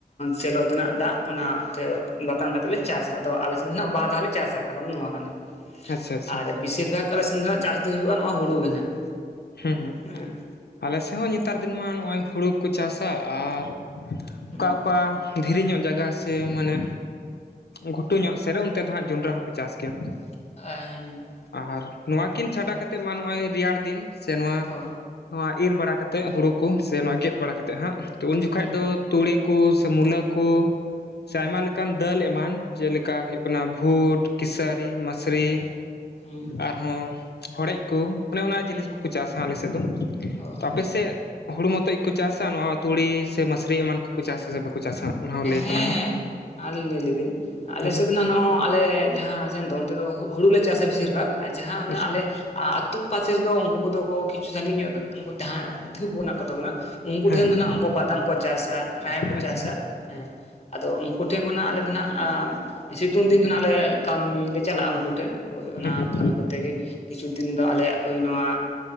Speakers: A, on the left; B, on the left.
A: ᱥᱮᱞᱚ ᱛᱮᱱᱟᱜ ᱫᱟᱜ ᱚᱱᱟᱛᱮ ᱵᱟᱛᱟᱱ ᱠᱟᱛᱮᱫᱞ ᱞᱮ ᱪᱟᱥᱟ ᱟᱫᱚ ᱟᱞᱮ ᱥᱮᱱ ᱫᱚᱱᱟᱜ ᱵᱟᱨ ᱫᱷᱟᱣ ᱞᱮ ᱪᱟᱥᱟ ᱠᱟᱨᱚᱱ ᱱᱚᱣᱟ ᱠᱟᱱᱟ
B: ᱟᱪᱪᱷᱟ ᱟᱪᱪᱷᱟ
A: ᱟᱨ ᱵᱮᱥᱤᱨ ᱵᱷᱟᱜᱽ ᱟᱞᱮ ᱥᱮᱱ ᱫᱚᱦᱟᱸᱜ ᱪᱟᱥ ᱫᱚ ᱦᱩᱭᱩᱜᱼᱟ ᱱᱚᱭᱟ ᱦᱩᱲᱩ ᱜᱮ ᱱᱷᱟᱸᱜ
B: ᱦᱮᱸ ᱦᱮᱸ
A: ᱦᱮᱸ
B: ᱟᱞᱮ ᱥᱮᱫ ᱦᱚᱸ ᱱᱮᱛᱟᱨ ᱫᱤᱱ ᱢᱟ ᱱᱚᱜᱼᱚᱭ ᱦᱩᱲᱩ ᱜᱮᱠᱚ ᱪᱟᱥᱟ ᱟᱨ
A: ᱦᱩᱸ
B: ᱚᱠᱟ ᱚᱠᱟ ᱫᱷᱤᱨᱤ ᱧᱚᱜ ᱡᱟᱜᱟ ᱥᱮ ᱢᱟᱱᱮ ᱜᱷᱩᱴᱩ ᱧᱚᱜ ᱥᱮᱨᱮ ᱚᱱᱛᱮ ᱫᱚ ᱦᱟᱸᱜ ᱡᱚᱸᱰᱨᱟ ᱦᱚᱸᱠᱚ ᱪᱟᱥ ᱜᱮᱭᱟ
A: <unintelligible> ᱦᱮᱸ ᱦᱮᱸ
B: ᱟᱨ ᱱᱚᱣᱟ ᱠᱤᱱ ᱪᱷᱟᱰᱟ ᱠᱟᱛᱮᱜ ᱢᱟ ᱱᱚᱜᱼᱚᱭ ᱨᱮᱭᱟᱲ ᱫᱤᱱ ᱥᱮ ᱱᱚᱣᱟ
A: ᱦᱳᱭ
B: ᱱᱚᱣᱟ ᱤᱨ ᱵᱟᱲᱟ ᱠᱟᱛᱮᱫ ᱦᱩᱲᱩ ᱠᱚ ᱥᱮ ᱱᱚᱣᱟ ᱜᱮᱫ ᱵᱟᱲᱟ ᱠᱟᱛᱮᱫ ᱦᱟᱸᱜ ᱛᱚ ᱩᱱ ᱡᱚᱠᱷᱟᱡ
A: ᱦᱩᱸ
B: ᱫᱚ ᱛᱩᱲᱤ ᱠᱩ ᱥᱮ ᱢᱩᱞᱟᱹ ᱠᱩ
A: ᱦᱩᱸ
B: ᱥᱮ ᱟᱭᱢᱟ ᱞᱮᱟᱱ ᱫᱟᱹᱞ ᱮᱢᱟᱱ ᱡᱮᱞᱮᱠᱟ ᱦᱩᱭᱩᱜ ᱠᱟᱱᱟ ᱵᱷᱩᱴ ᱠᱮᱥᱟᱹᱨᱤ ᱢᱟᱥᱨᱤ
A: ᱦᱩᱸ ᱦᱩᱸ
B: ᱟᱨ ᱦᱚᱸ ᱦᱚᱲᱮᱡ ᱠᱚ ᱚᱱᱮ ᱚᱱᱟ ᱡᱤᱱᱤᱥ
A: ᱦᱩᱸ ᱦᱩᱸ
B: ᱠᱚᱠᱚ ᱪᱟᱥ ᱟ ᱟᱞᱮᱥᱮᱫ ᱫᱚ
A: ᱚ
B: ᱛᱚ
A: ᱦᱮᱸ
B: ᱟᱯᱮᱥᱮᱫ ᱦᱩᱲᱩ ᱢᱚᱛᱚ ᱜᱮ ᱠᱚ ᱪᱟᱥ ᱟ ᱱᱚᱣᱟ ᱛᱩᱲᱤ ᱥᱮ ᱢᱟᱥᱨᱤ ᱮᱢᱟᱱ ᱠᱚᱠᱚ ᱪᱟᱥ ᱟ ᱥᱮ ᱵᱟ ᱪᱟᱥ-ᱟ ᱚᱱᱟ ᱦᱚᱸ ᱞᱟᱹᱭ
A: ᱦᱮᱸ
B: ᱛᱟᱞᱟᱝ ᱢᱮ
A: ᱦᱮᱸ ᱟᱨ ᱞᱟᱹᱭ ᱞᱟᱹᱧ ᱟᱞᱮ
B: ᱦᱮᱸ ᱦᱮᱸ
A: ᱥᱮᱫ ᱫᱚ ᱱᱚᱜᱼ ᱟᱞᱮ ᱡᱟᱦᱟᱸ ᱥᱮᱱ ᱫᱚ ᱚᱱᱛᱮᱫᱚ ᱦᱩᱲᱩ ᱞᱮ ᱪᱟᱥᱟ ᱵᱮᱥᱤᱨ ᱵᱷᱟᱜᱽ ᱟᱨ ᱡᱟᱦᱟᱸ
B: ᱟᱪᱪᱷᱟ
A: ᱮ ᱟᱞᱮ ᱟᱨ ᱟᱛᱳ ᱯᱟᱥᱮ ᱨᱮᱫᱚ ᱩᱱᱠᱩ ᱠᱚᱫᱚ ᱠᱤᱪᱷᱩ ᱥᱟᱺᱜᱤᱧ ᱧᱚᱜ ᱩᱱᱠᱩ ᱡᱟᱦᱟᱸᱭ ᱫᱤᱠᱩ ᱠᱚ ᱢᱮᱱᱟᱜ ᱠᱚᱛᱟ ᱵᱚᱱᱟ, ᱩᱱᱠᱩ
B: ᱦᱮᱸ
A: ᱴᱷᱮᱱ
B: ᱦᱮᱸ
A: ᱫᱚ ᱦᱟᱸᱜ ᱩᱱ ᱵᱟᱫᱟᱢ ᱠᱚ ᱪᱟᱥᱟ ᱨᱟᱦᱮᱲ ᱠᱚ ᱪᱟᱥᱟ
B: ᱟᱪᱪᱷᱟ ᱦᱮᱸ
A: ᱦᱮᱸ᱾ ᱟᱫᱚ ᱩᱱᱠᱩ ᱴᱷᱮᱱ ᱠᱷᱚᱱᱟᱜ ᱟᱞᱮ ᱫᱚ ᱱᱟᱦᱟᱜ ᱥᱤᱛᱩᱝ ᱫᱤᱱ ᱫᱚ ᱟᱸᱱᱟᱜᱞᱮ ᱠᱟᱹᱢᱤ ᱞᱮ ᱪᱟᱞᱟᱜᱼᱟ ᱩᱱᱠᱩ ᱴᱷᱮᱱ᱾ ᱦᱳᱭ ᱚᱱᱟ
B: ᱦᱮᱸ ᱦᱮᱸ
A: ᱠᱟᱹᱢᱤ ᱠᱚᱛᱮ ᱜᱮ ᱠᱤᱪᱷᱩ ᱫᱤᱱ ᱫᱚ ᱟᱞᱮᱭᱟᱜ ᱳᱭ ᱱᱚᱣᱟ